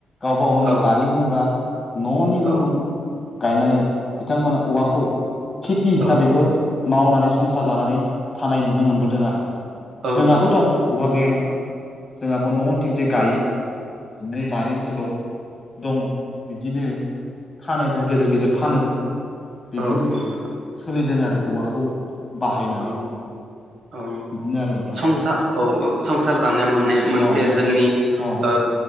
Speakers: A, on the left; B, on the right.
A: गावबा गावनि
B: औ
A: बारि
B: औ
A: उनबा न'नि
B: औ
A: उन उन गायनानै बिथांमोना औवाखौ खेथि हिसाबैबो
B: नोंथां
A: मावनानै संसार जानानै थानाय नुनो मोनबोदों आरो
B: औ
A: जोंहाबो
B: औ
A: दं औवा‌ गैया नङा जोंहाबो न' उनथिंजाय गायो। नै बारि ओनसोलाव दङ' बिदिनो फानोबो गेजेर गेजेर फानोबो बिब्दिनो
B: औ नोंथां
A: सोलिदों आरो औवाखौ बाहायनानै
B: औ औ
A: बिदिनो आरो नोंथां
B: संसा औ औ संसार जानायाव मोननाय मोनसे
A: अ
B: जोंनि
A: अ
B: ओ